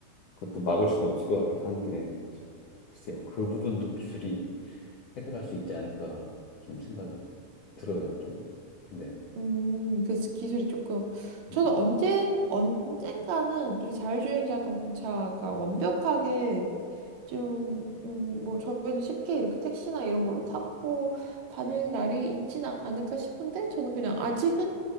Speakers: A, on the left; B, on the right.
A: 그것도 막을 수는 없을 것 같기도 한데, 참, 글쎄요. 그 부분도 기술이 해결할 수 있지 않을까 좀 생각이 들어요. 좀, 네,
B: 음, 그래서 기술이 조금
A: 네.
B: 저는 언젠 언젠가는 이 자율주행 자동차가 완벽하게 좀, 음, 뭐, 저희도 쉽게 이렇게 택시나 이런 걸로 타고 다닐 날이 있지는 않을까 싶은데, 저는 그냥 아직은